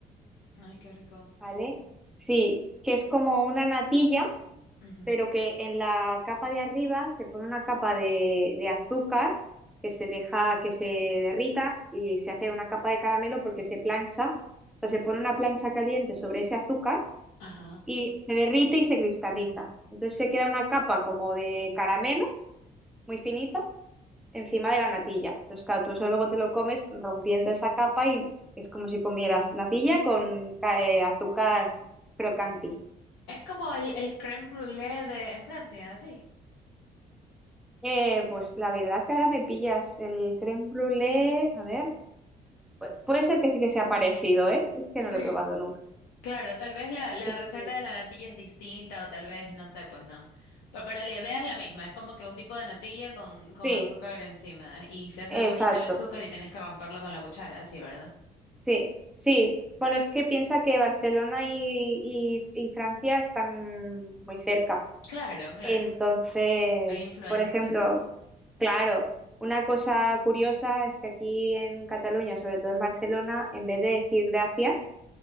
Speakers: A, on the left (about 75°); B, in the centre.
A: Ay, qué rico.
B: ¿vale? Sí, que es como una natilla,
A: ujú,
B: pero que en la capa de arriba se pone una capa de, de azúcar que se deja que se derrita y se hace una capa de caramelo porque se plancha, o sea, se pone una plancha caliente sobre ese azúcar
A: Ajá.
B: y se derrite y se cristaliza. Entonces se queda una capa como de caramelo muy finita encima de la natilla. Entonces, claro, tú eso luego te lo comes rompiendo esa capa y es como si comieras natilla con ca- eh, azúcar crocanti.
A: Es como el, el crème brûlée de en Francia, sí.
B: Eh, pues la verdad que ahora me pillas el crème brûlée, a ver, pu- puede ser que sí que sea parecido, ¿eh? Es que
A: Sí.
B: no lo he probado nunca.
A: Claro, tal vez la, la receta
B: Sí,
A: de la natilla es distinta o tal vez, no sé, pues no. Pe- Pero, la idea es la misma, es como que un tipo de natilla con, con
B: Sí,
A: azúcar encima y se hace
B: exacto.
A: durito el azúcar y tienes que romperlo con la cuchara, sí, ¿verdad?
B: Sí, sí. Bueno, es que piensa que Barcelona y, y y Francia están muy cerca.
A: Claro, claro.
B: Entonces,
A: Hay influencia.
B: por ejemplo, claro, una cosa curiosa es que aquí en Cataluña, sobre todo en Barcelona, en vez de decir gracias